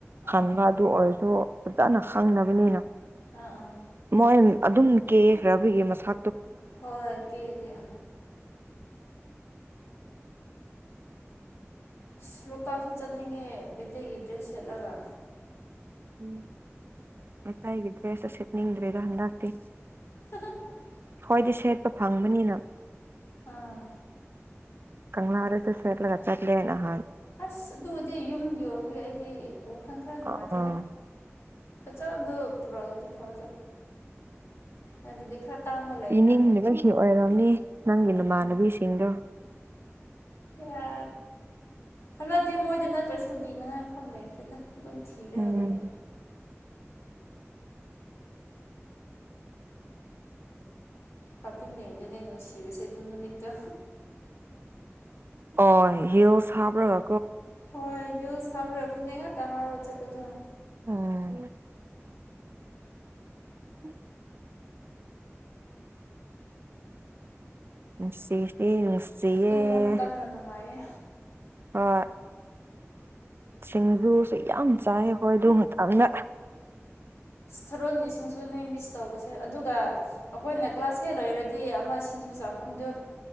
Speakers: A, on the right (about 50°); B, on the left (about 65°).
A: ꯈꯟꯕ
B: ꯑꯥ
A: ꯑꯗꯨ ꯑꯣꯏꯔꯁꯨ ꯐꯖꯅ ꯈꯪꯅꯕꯅꯤꯅ
B: ꯑꯥ ꯑꯥ
A: ꯃꯣꯏ ꯑꯗꯨꯝ ꯀꯦꯈ꯭ꯔꯕꯒꯤ ꯃꯁꯥ
B: ꯍꯣꯏ ꯀꯂ ꯏꯁ ꯂꯣꯛꯇꯥꯛꯁꯨ ꯆꯠꯅꯤꯡꯉꯦ ꯃꯩꯇꯩꯒꯤ ꯗ꯭ꯔꯦꯁ ꯁꯦꯠꯂꯒ
A: ꯎꯝ ꯃꯠꯇ ꯍꯒꯗ꯭ꯔꯦ ꯁꯁꯦꯠꯅꯤꯗ꯭ꯔꯦꯒ ꯍꯟꯗꯥꯇ
B: <unintelligible> <inaudible>
A: ꯍꯣꯏꯗꯤ ꯁꯦꯠꯄ ꯐꯪꯕꯅꯤꯅ
B: ꯑꯥ
A: ꯀꯪꯅꯥ ꯋꯥꯔ ꯆ ꯁꯠꯂ ꯀꯆ ꯂꯩ ꯅꯍꯥꯟ
B: ꯑꯁ ꯑꯗꯨꯕꯨꯗꯤ ꯌꯨꯝꯒꯤ ꯑꯣꯏꯕꯒꯤ ꯑꯩꯗꯤ ꯋꯥꯈꯜ ꯈꯔ ꯅꯨꯡꯉꯥꯏꯇꯣꯏꯗ
A: ꯑꯥ
B: ꯆ ꯄꯨꯔꯣ ꯐ ꯆꯕꯨꯗꯤ ꯈꯔ ꯇꯥꯡꯕ ꯂꯩꯅ
A: ꯏꯅꯤꯡꯕꯒꯤ ꯑꯣꯏꯔꯝꯅꯤ ꯅꯪꯒꯤ ꯅꯃꯥꯟꯅꯕꯤꯁꯤꯡꯗꯣ
B: ꯌꯥ ꯍꯟꯂꯛꯇꯦ ꯃꯣꯏꯗ ꯅꯠꯇ꯭ꯔꯁꯨꯨꯅꯤꯅꯉꯥꯏ ꯃꯐꯝ ꯂꯩ ꯈ꯭ꯔꯗ ꯑꯗꯨꯝ ꯊꯤꯔꯒ
A: ꯎꯝ
B: ꯂꯣꯏꯔꯦ ꯍꯥꯄꯤꯟꯅꯦ ꯑꯗꯨꯅꯦ ꯅꯨꯡꯁꯤꯕꯁꯦ ꯑꯗꯨ ꯅꯨꯃꯤꯠꯇꯣ
A: ꯑꯣ ꯍꯤ ꯑꯣ ꯆꯥꯕ꯭ꯔꯕꯥ
B: ꯍꯣꯏ ꯌꯨ ꯍꯥꯔ ꯐꯤꯅꯦꯉ ꯇ ꯍꯥꯔ ꯆꯄꯗ
A: ꯎꯝ ꯎꯝ ꯁꯤ ꯁꯤꯌꯦꯌꯦ
B: ꯑꯗꯨꯒꯨꯝꯕ ꯃꯇꯝꯅ ꯅꯨꯡꯉꯥꯏꯌꯦ
A: ꯑꯣ ꯁꯤꯡꯗꯨꯨꯁꯨ ꯌꯥꯝ ꯆꯥꯏ ꯍꯣꯏ ꯑꯗꯨ ꯃꯇꯝꯗ
B: ꯊꯔꯣꯟꯒꯤꯁꯤꯡꯁꯨꯅꯦ ꯃꯤꯁ ꯇꯧꯕꯁꯦ ꯑꯗꯨꯒ ꯑꯩꯈꯣꯏꯅ ꯀ꯭ꯂꯥꯁ ꯍꯦ ꯂꯩꯔꯗꯤ ꯑꯗꯨꯗꯤ ꯑꯃ ꯁꯤꯡꯖꯨ ꯆꯥꯐꯝꯗꯨꯣ